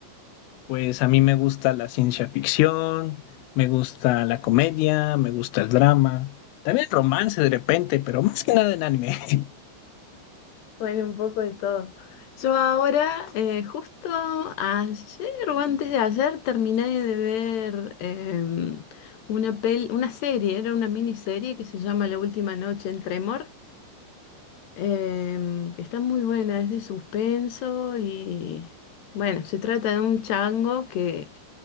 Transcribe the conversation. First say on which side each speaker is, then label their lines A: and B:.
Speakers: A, on the left; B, on the left.
A: Pues a mí me gusta la ciencia ficción, me gusta la comedia, me gusta el drama, también el romance de repente, pero más que nada en anime. <laughs>
B: Bueno, un poco de todo. Yo ahora, eh, justo ayer o antes de ayer, terminé de ver eh, una pel- una serie, era una miniserie que se llama La última noche en Tremor. Eh, está muy buena, es de suspenso y bueno, se trata de un chango que